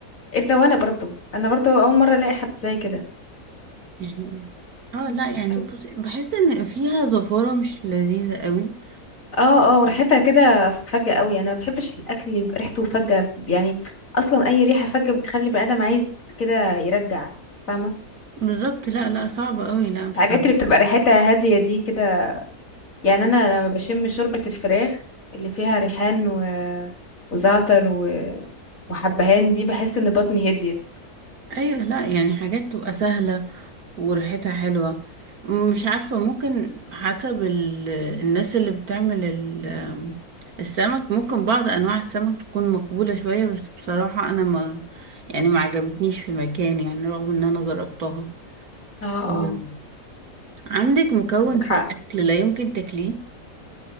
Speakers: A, on the left; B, on the right.
A: ايه ده وانا برضو انا برضو اول مرة الاقي حد زي كده
B: يعني اه
A: <laughs>
B: لا يعني بصي بحس ان فيها زفاره مش لذيذه قوي
A: اه اه وريحتها كده فجة قوي انا ما بحبش الاكل اللي بيبقى ريحته فجة يعني اصلا اي ريحة فجة بتخلي البني ادم عايز كده يرجع فاهمة
B: بالظبط لا لا صعبة قوي لا بصراحة
A: الحاجات اللي بتبقى ريحتها هادية دي كده يعني انا لما بشم شوربة الفراخ اللي فيها ريحان و... وزعتر و... وحبهان دي بحس ان بطني هديت
B: ايوه لا يعني حاجات تبقى سهلة وريحتها حلوة مش عارفة ممكن حسب ال... الناس اللي بتعمل ال... السمك ممكن بعض انواع السمك تكون مقبولة شوية بس بصراحة انا ما يعني ما عجبتنيش في مكان يعني رغم ان انا جربتها
A: اه
B: أمم.
A: اه
B: عندك مكون
A: عندك
B: في
A: حق
B: الاكل لا يمكن تاكليه